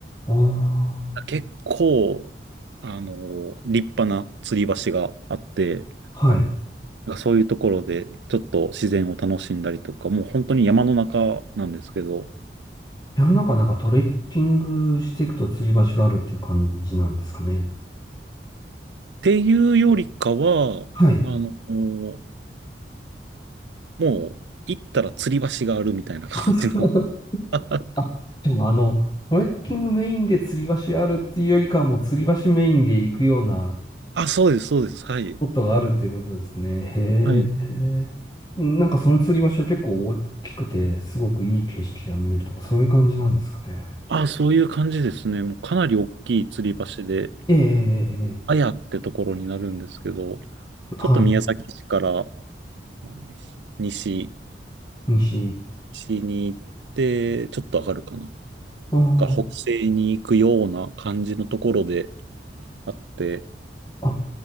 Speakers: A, on the left; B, on the right.
A: あ
B: 結構、あの、立派な吊り橋があって、
A: あ、はい。
B: なんかそういうところで、ちょっと自然を楽しんだりとか、もう本当に山の中なんですけど、っ
A: 山の中なんかトレッキングしていくと釣り橋があるっていう感じなんですかね。
B: ていうよりかは、
A: はい。
B: あの、もう行ったら吊り橋があるみたいな感じの。
A: <laughs> あ、そう。
B: <laughs>
A: あじゃあ、あの、トレッキングメインで釣り橋あるっていうよりかはもう釣り橋メインで行くような
B: あ、そうです、そうです。はい。
A: スポットがあるっていうことですね。へえ。
B: はい。
A: なんかその釣り橋は結構大きくて、すごくいい景色が見えるとか、そういう感じなんですかね。
B: あ、そういう感じですね。もうかなり大きい吊り橋で、
A: ええ、ええ、ええ
B: あやってところになるんですけど、
A: はい。
B: ちょっと宮崎市からあの西、
A: 西。
B: 西に行って、ちょっと上がるかな。
A: あ
B: が北西に行くような感じのところであって、
A: あ、あ、